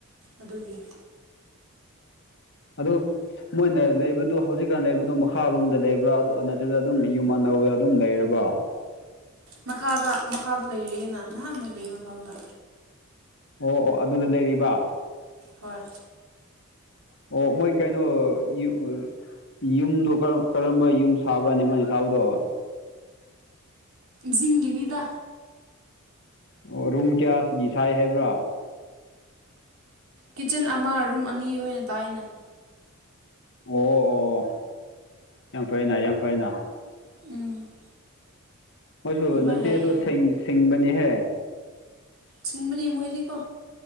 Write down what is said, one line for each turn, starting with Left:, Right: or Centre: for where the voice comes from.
Right: ꯑꯗꯨꯒꯤ
Left: ꯑꯗꯨ ꯃꯣꯏꯅ ꯂꯩꯕꯗꯨ ꯍꯧꯖꯤꯛꯀꯥꯟ ꯂꯩꯕꯗꯨ ꯃꯈꯥꯔꯣꯝꯗ ꯂꯩꯕ꯭ꯔꯥ ꯑꯗꯨ ꯅꯇ꯭ꯔꯒ ꯑꯗꯨꯝ ꯌꯨꯝ ꯑꯅꯧꯕꯗ ꯑꯗꯨꯝ ꯂꯩꯔꯕ
Right: ꯃꯈꯥꯗ ꯃꯈꯥꯗ ꯂꯩꯔꯤꯑꯦꯅ ꯅꯍꯥꯟ ꯃꯣꯏ ꯂꯩ ꯃꯐꯝꯗ
Left: ꯑꯣ ꯑꯣ ꯑꯗꯨꯗ ꯂꯩꯔꯤꯕ
Right: ꯍꯣꯏ
Left: ꯑꯣ ꯃꯣꯏ ꯀꯩꯅꯣ ꯌꯨ ꯌꯨꯝꯗꯣ ꯀꯔꯝꯕ ꯌꯨꯝ ꯁꯥꯕ꯭ꯔꯥꯅꯦ ꯃꯣꯏꯅ ꯁꯥꯕꯗꯣ
Right: ꯖꯤꯡꯒꯤꯅꯤꯗ
Left: ꯑꯣ ꯔꯨꯝ ꯀꯌꯥꯁꯤꯒꯤ ꯁꯥꯏ ꯍꯥꯏꯕ꯭ꯔꯥ
Right: ꯀꯤꯠꯆꯟ ꯑꯃ ꯔꯨꯝ ꯑꯅꯤ ꯑꯣꯏꯅ ꯇꯥꯏꯌꯦꯅꯦ
Left: ꯑꯣ ꯑꯣ ꯑꯣ ꯌꯥꯝ ꯐꯩꯅꯥ ꯌꯥꯝ ꯐꯩꯅꯥ
Right: ꯎꯝ
Left: ꯃꯣꯏꯁꯨ
Right: ꯑꯗꯨꯃꯥꯏ
Left: ꯅꯆꯦꯁꯨ
Right: ꯍꯥꯏꯌꯦ
Left: ꯁꯤꯡꯕꯅꯤꯍꯦ
Right: ꯁꯤꯡꯕꯅꯤ ꯃꯣꯏꯗꯤꯀꯣ